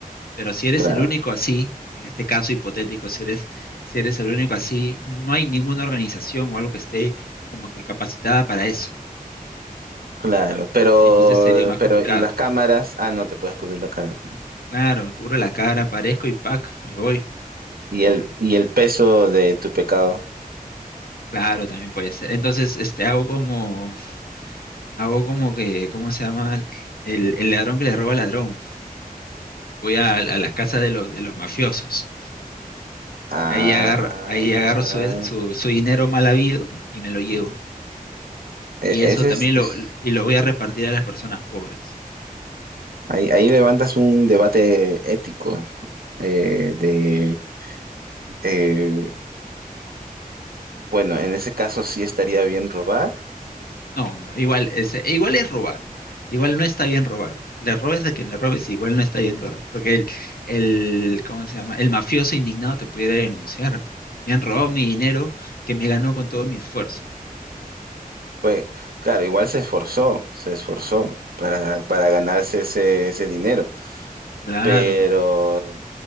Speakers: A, on the left; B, on the right.
A: Pero si eres
B: Claro,
A: el único así, en este caso hipotético, si eres, si eres el único así, no hay ninguna organización o algo que esté como que capacitada para eso.
B: claro. Pero,
A: Entonces sería más
B: pero,
A: complicado.
B: ¿y las cámaras? Ah, no, te puedes cubrir la cara. pues.
A: Claro, me cubro la cara, aparezco y pac, me voy.
B: ¿Y el, y el peso de tu pecado?
A: Claro, también puede ser. Entonces, este, hago como, hago como que, ¿cómo se llama? El, el ladrón que le roba al ladrón. Voy a, a las casas de los, de los mafiosos.
B: Ah...
A: Ahí agarro, ahí agarro su, su, su dinero mal habido y me lo llevo.
B: e-
A: Y
B: Ese
A: eso también
B: es, es-
A: lo, y lo voy a repartir a las personas pobres.
B: ahí, ahí levantas un debate ético eh, de... eh, Bueno, en ese caso sí estaría bien robar.
A: No, no, igual es, igual es robar. Igual no está bien robar. Le robes a quien le robes, igual no está bien robar. Porque el, el, ¿cómo se llama? El mafioso indignado te pudiera denunciar. Me han robado mi dinero que me ganó con todo mi esfuerzo.
B: Pues claro, igual se esforzó, se esforzó para, para ganarse ese, ese dinero,
A: Claro.
B: pero,